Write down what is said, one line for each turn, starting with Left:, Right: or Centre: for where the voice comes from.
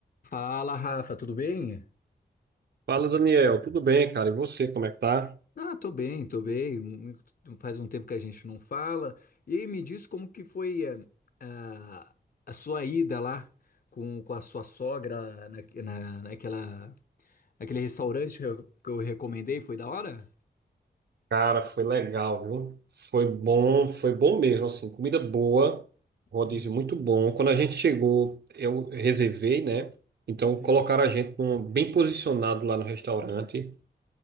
Left: Fala, Rafa, tudo bem?
Right: Fala, Daniel. Tudo bem, cara? E você, como é que tá?
Left: Ah, tô bem, tô bem. Muito- Faz um tempo que a gente não fala. E aí, me diz como que foi eh, a, a sua ida lá com, com a sua sogra na, na- naquela, naquele restaurante que eu, que eu recomendei, foi da hora?
Right: Cara, foi legal, viu? Foi bom, foi bom mesmo, assim, comida boa, rodízio
Left: Hum,
Right: muito bom. Quando a gente chegou, eu reservei, né? Então
Left: sim.
Right: colocaram a gente num- bem posicionado lá no restaurante.